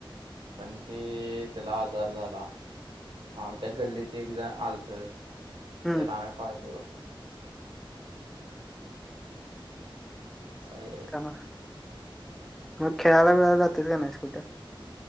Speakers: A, on the right; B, in the centre.
A: पण ते, तेला आजार झाला. आमच्या गल्लीत एक जण आलत,
B: हम्म
A: त्याला आम्ही पाळलेलो. असं आहे.
B: त्यामुळे मग खेळायला बिळायला जातयस क नई कुठं?